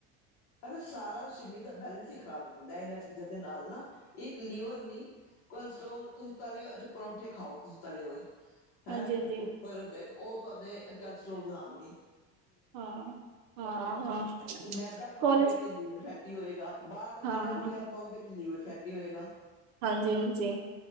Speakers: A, on the left; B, on the right.
A: ਅ ਸਾਰਾ ਸਰੀਰ ਦਾ ਬੈਲੇੈਸ ਹੀ ਖਰਾਬ ਹੋ ਜਾਦਾ ਇਹਨਾਂ ਚੀਜ਼ਾ ਦੇ ਨਾਲ ਨਾ ਇਕ ਲੀਵਰ ਨੀ ਕੋਲਸਟੋਲ ਤੁਸੀ ਤਲੇ ਓ ਅੱਛਾ ਪਰੌਂਠੇ ਖਾਓ ਤੁਸੀ ਤਲੇ ਹੋਏ
B: ਹਾਂਜੀ-ਹਾਂਜੀ
A: ਹੈਂ। ਉਪਰ ਉਹ ਤੁਹਾਡੇ ਕੈਲਸਟਰ੍ਰੋਲ ਵਧਾਉਣਗੇ
B: ਹਾਂ -ਹਾਂ- ਹਾਂ-
A: ਮੈਦਾ ਖਾਓਗੇ
B: ਕੋਲਜ
A: ਤੇ ਲੀਵਰ ਫੈਟੀ ਹੋਏਗਾ ਬਾਹਰ ਦਾ
B: ਹਾਂ,
A: ਤਲਿਆ ਫੁਲਿਆ ਖਾਓਗੇ ਤੇ ਲੀਵਰ ਫੈਟੀ ਹੋਏਗਾ।
B: ਹਾਂਜੀ-ਹਾਂਜੀ